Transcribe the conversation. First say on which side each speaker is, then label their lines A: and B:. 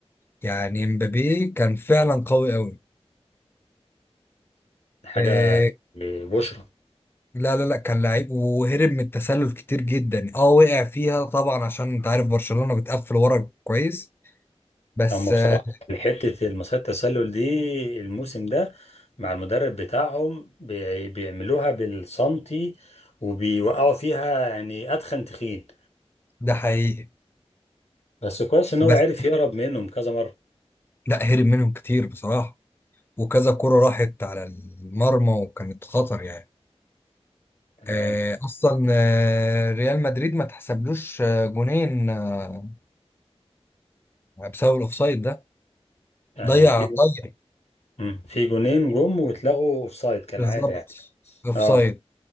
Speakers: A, on the left; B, on the left.
A: يعني امبابي كان فعلا قوي قوي
B: حاجة
A: آه،
B: بشرة
A: لا لا لا كان لعيب وهرب من التسلل كتير جدا اه وقع فيها طبعا عشان انت عارف برشلونة بتقفل ورا كويس بس
B: هم بصراحة
A: آه،
B: حتة المسات التسلل دي الموسم ده مع المدرب بتاعهم بي- بيعملوها بالسنتي وبيوقعوا فيها يعني أتخن تخين
A: ده حقيقي
B: بس كويس إن هو
A: بس
B: عرف يهرب منهم كذا مرة
A: لا هرب منهم كتير بصراحة وكذا كرة راحت على المرمى وكانت خطر يعني
B: تمام
A: آه، اصلا آه، ريال مدريد ما تحسبلوش آه، جونين آه، بسبب الاوفسايد ده
B: يعني
A: ضيع
B: في
A: ضيع
B: مم. في جونين جم واتلغوا أوفسايد كالعادة
A: بالظبط
B: يعني
A: اوفسايد
B: اه